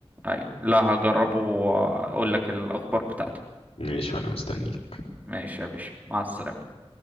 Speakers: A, on the right; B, on the left.
A: ايوه لا هجربه واقول لك الاخبار بتاعته
B: ماشي وانا مستنيك
A: ماشي يا باشا مع السلامة